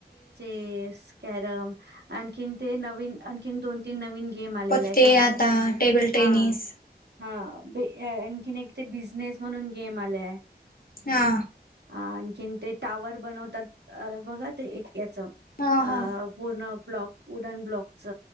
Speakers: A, on the right; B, on the left.
A: चेस कॅरम आणखीन ते नवीन आणखीन दोन तीन नवीन गेम आलेले
B: पते
A: आहे जस
B: आता टेबल
A: हा.
B: टेनिस
A: हा ब आणखीन ते बिझनेस म्हणून गेम आलेय
B: हा
A: आणखीन ते टावर बनवतात अ बघा ते एक अ
B: हा हा
A: पूर्ण ब्लॉक उडन ब्लॉक